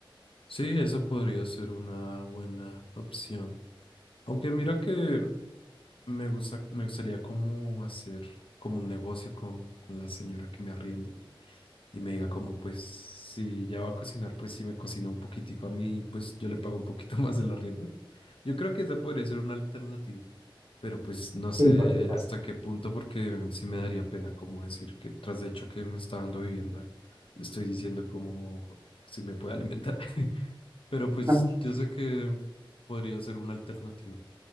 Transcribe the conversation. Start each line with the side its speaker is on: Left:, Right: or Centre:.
Left: sí, eso podría ser una buena opción. Aunque mira que me gusta, me gustaría como hacer como un negocio con, con la señora que me arriende y me diga como pues si ya va a cocinar, pues si me cocina un poquitico a mí, pues yo le pago un poquito <laughs> más del arriendo. Yo creo que esa podría ser una alternativa. pero pues no sé
Right: Sí, por supuesto.
Left: hasta qué punto, porque sí me daría pena como decir que tras de hecho que me está dando vivienda, le estoy diciendo como si me puede alimentar. <laughs> Pero pues
Right: <laughs>
Left: yo sé que podría ser una alternativa.